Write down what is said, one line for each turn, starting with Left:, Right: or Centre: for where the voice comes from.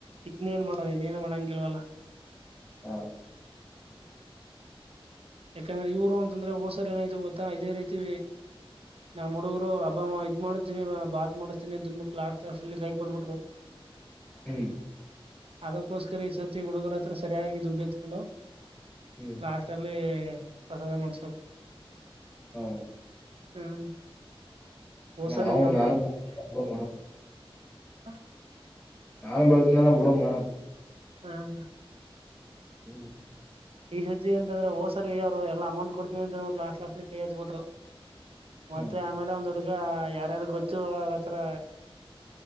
Right: ಇನ್ನೇನ್ ಮಾಡೋದು ಇನ್ನೇನ್ ಮಾಡಂಗಿಲ್ವಲ್ಲ <unintelligible>
Left: ಹಾ <unintelligible>
Right: ಯಾಕಂದ್ರೆ ಇವ್ರು ಅಂತಂದ್ರೆ ಹೋಸರ್ ಏನಾಯ್ತ ಗೊತ್ತಾ ಇದೇ ರೀತಿ ನಾ ಹುಡುಗರು ಅಬ್ಬಮ್ಮ ಇದ್ ಮಾಡ್ತೀನಿ ಬಾತ್ ಮಾಡಿಸತೀನಿ ಅಂತನ್ಬಿಟ್ಟು ಲಾಸ್ಟ್ ಅಷ್ಟ್ರಲ್ಲಿ ಕೈ ಕೊಡ್ಬಿಟ್ರು <unintelligible>
Left: ಹ್ಮ <unintelligible>
Right: ಅದಕ್ಕೋಸ್ಕರ ಈ ಸರ್ತಿ ಹುಡುಗರ ಹತ್ರ ಸರಿಯಾಗಿ ದುಡ್ಡು ಇತ್ಕೊಂಡು
Left: ಹ್ಮ್
Right: ಲಾಸ್ಟ್ ಅಲ್ಲಿ ಪ್ರಸದ ಮಾಡಿಸಬೇಕು
Left: ಹ್ಮ್
Right: ಹ್ಮ್ ಹೋದ್ಸರಿ
Left: ನಾ ಹ ನಾನು ಮೇಡ
Right: ಹ್ಮ
Left: ನಾನು ಬರ್ತನ್ನಲ್ಲ ಬಿಡು ಮಡಮ
Right: ಹ್ಮ
Left: ಹ್ಮ್
Right: ಈ ಸರ್ತಿ ಅಂತಂದ್ರೆ ಹೋ್ಸರಿ ಯಾರ್ ಎಲ್ಲ ಅಮೌಂಟ್ ಕೊಡ್ತನಿ ಅಂತ ಅನ್ಬಿಟ್ಟು ಲಾಸ್ಟ್ ಲಾಸ್ಟ್ಲಿ ಕೈ ಹತ್ತತ್ಬಿಟ್ರು ಮತ್ತೆ
Left: ಹ್ಮ್
Right: ಆಮೇಲೆ ಒಂದು ಹುಡ್ಗ ಯಾರ್ಯಾರು ಗೊತ್ತು ಅವ್ರತ್ರ